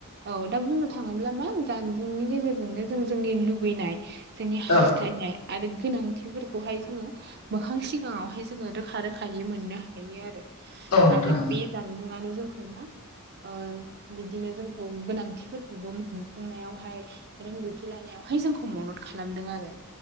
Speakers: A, on the right; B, on the left.
A: औ दा बुंनो थाङोब्ला मा जानबुंनि गेजेरजोंनो जों जोंनि लुबैनाय जोंनि हास्थायनाय
B: औ
A: आरो गोनांथिफोरखौहाय जोंङो मोखां सिगाङावहाय जोंङो रोखा रोखायै मोननो हायो आरो।
B: औ नोंथां
A: आरो बे जानबुंनो जोंखौ मा? ओ बिदिनो जोंखौ गोनांथिफोरखौबो मोनफुंनायावहाय रोंगौथि लानायावहाय जोंखौ मदद खालामदों आरो